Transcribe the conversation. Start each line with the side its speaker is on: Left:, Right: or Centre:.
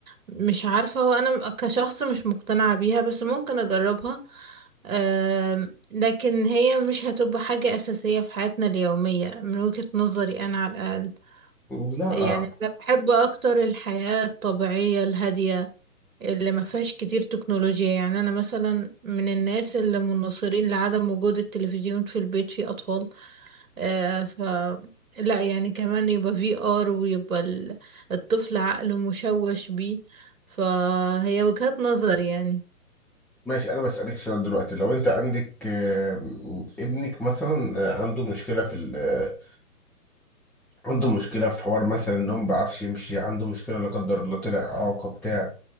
Right: مش عارفة هو أنا كشخص مش مقتنعة بيها بس ممكن أجربها آم، لكن هي مش هتبقى حاجة أساسية في حياتنا اليومية من وجهة نظري أنا على الأقل
Centre: لا
Right: يعني
Centre: آه.
Right: أنا بحب أكتر الحياة الطبيعية الهادية اللي ما فيهاش كتير تكنولوجيا يعني أنا مثلا من الناس اللي مناصرين لعدم وجود التلفزيون في البيت في أطفال آه، ف لا يعني كمان يبقى في ار ويبقى ال- الطفل عقله مشوش بيه فهي وجهات نظر يعني
Centre: ماشي انا بسالك سؤال دلوقتي لو انت عندك آه، ابنك مثلا آه، عنده مشكله في ال- آه، عنده مشكله في حوار مثلا ان هو ما بيعرفش يمشي عنده مشكله لا قدر الله طلع اعاقه بتاع